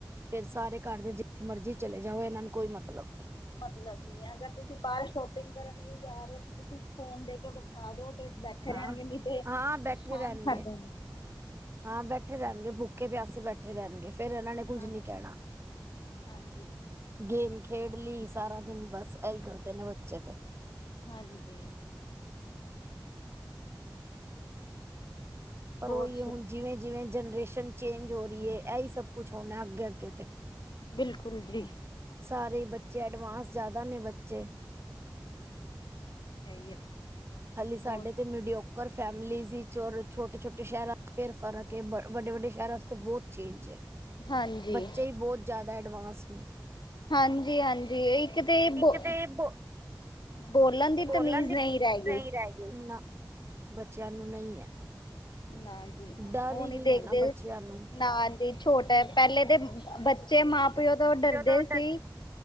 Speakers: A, on the right; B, on the left.
A: ਫੇਰ ਸਾਰੇ ਘਰ ਦੇ ਜਿੱਥੇ ਮਰਜ਼ੀ ਚਲੇ ਜਾਓ ਇਹਨਾਂ ਨੂੰ ਕੋਈ ਮਤਲਬ ਨਹੀਂ।
B: ਮਤਲਬ ਨੀ ਅਗਰ ਤੁਸੀਂ ਬਾਹਰ ਸ਼ੋਪਿੰਗ ਕਰਨ ਵੀ ਜਾ ਰਹੇ ਹੋ ਤੁਸੀਂ ਫ਼ੋਨ ਦੇ ਕੇ ਬਿਠਾ ਦੋ ਤੇ ਬੈਠੇ ਰਹਿਣਗੇ
A: ਆਹ
B: ਨਹੀਂ ਤੇ
A: ਹਾਂ ਬੈਠੇ
B: ਪਰੇਸ਼ਾਨ
A: ਰਹਿਣਗੇ।
B: ਕਰਦੇ ਨੇ
A: ਹਾਂ ਬੈਠੇ ਰਹਿਣਗੇ ਭੁੱਖੇ ਪਿਆਸੇ ਬੈਠੇ ਰਹਿਣਗੇ। ਫਿਰ ਇਹਨਾਂ ਨੇ ਕੁੱਝ
B: ਹਾਂ
A: ਨੀ ਕਹਿਣਾ।
B: ਹਾਂਜੀ
A: ਗੇਮ ਖੇਡ ਲਈ ਸਾਰਾ ਦਿਨ ਬਸ ਇਹੀ ਕਰਦੇ ਨੇ ਬੱਚੇ ਤੇ।
B: ਹਾਂਜੀ।
A: ਪਰ
B: ਹੋਰ
A: ਉਹੀ
B: ਸੁ
A: ਹੁਣ ਜਿਵੇਂ -ਜਿਵੇਂ ਜਨਰੇਸ਼ਨ ਚੇਂਜ ਹੋ ਰਹੀ ਹੈ। ਇਹੀ ਸਭ ਕੁਛ ਹੋਣਾ ਅੱਗੇ ਅੱਗੇ ਤੇ
B: ਬਿਲਕੁਲ ਜੀ।
A: ਸਾਰੇ ਹੀ ਬੱਚੇ ਐਡਵਾਂਸ ਜ਼ਿਆਦਾ ਨੇ ਬੱਚੇ
B: ਸਹੀ।
A: ਹਾਲੀ ਸਾਡੇ
B: ਹੋਰ
A: ਤੇ ਮਿਊਡੀੋਕ ਗੁਰ ਫੈਮਲੀਜ਼ ਸੀ ਜੋ ਛੋਟੇ- ਛੋਟੇ ਸ਼ਹਿਰਾਂ ਫੇਰ ਫਰਕ ਹੈ ਵੱਡੇ ਵੱਡੇ ਸ਼ਹਿਰਾਂ ਵਾ ਬਹੁਤ ਚੇਂਜ ਹੈ।
B: ਹਾਂਜੀ
A: ਬੱਚੇ ਹੀ ਬਹੁਤ ਜ਼ਿਆਦਾ ਐਡਵਾਂਸ ਨੇ
B: ਹਾਂਜੀ- ਹਾਂਜੀ ਇੱਕ ਤੇ
A: ਇੱਕ
B: ਬ
A: ਤੇ ਬੋ
B: ਬੋਲਣ ਦੀ
A: ਬੋਲਣ
B: ਤਮੀਜ਼
A: ਦੀ
B: ਨਹੀਂ ਰਹਿ ਗਈ।
A: ਨਹੀਂ ਨਾ, ਬੱਚਿਆਂ ਨੂੰ ਨਹੀਂ ਹੈ।
B: ਨਾ ਜੀ,
A: ਡਰ
B: ਉਹ
A: ਹੀ
B: ਨੀ
A: ਨਹੀਂ
B: ਦੇਖਦੇ,
A: ਹੈ ਨਾ ਬੱਚਿਆਂ ਨੂੰ।
B: ਨਾ ਤੇ ਛੋਟਾ ਹੈ, ਪਹਿਲੇ ਤਾਂ ਬੱਚੇ ਮਾਂ ਪ ਮਾਂ ਪਿਓ ਤੋਂ ਡਰਦੇ
A: ਜਦੋਂ
B: ਸੀ,